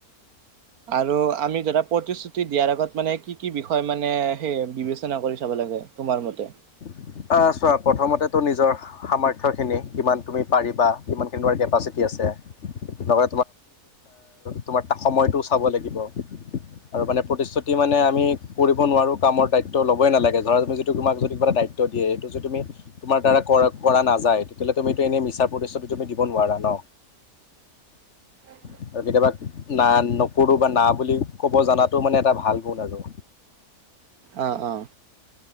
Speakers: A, on the right; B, on the left.
A: আৰু আমি ধাদৰা প্ৰতিশ্ৰুতি দিয়াৰ আগত মানে কি কি বিষয় মানে সেই বিবেচনা কৰি চাব লাগ লাগে তোমাৰ মতে
B: অ চোৱা প্ৰথমতে তো নিজৰ সামৰ্থয় খিনি কিমান তুমি পাৰিবা কিমানখিনি তমাৰ কেপাচিটি লগতে তোমাৰ তোমাৰ সময়টোও চাব লাগিব আৰু মানে প্ৰতিশ্ৰুতি মানে আমি কৰিব নোৱাৰো কামৰ দায়িত্ব ল'বই নালাগে ধৰাি যিটো তোমাক যদি কিবা দায়িত্ব দিয়ে এইটো যে তুমি তোমাৰ দ্বাৰা কৰা নাযায় তেতিয়াহলেুমো এনে মিছা প্ৰতিদষ্ঠতিটো তুমি দিব নোৱাৰা ন
A: উ
B: আৰু কেতিয়াবা না নকৰো বা না বুলি ক'ব জাতো মানে এটা ভাল গুণ আৰু
A: আহ আহ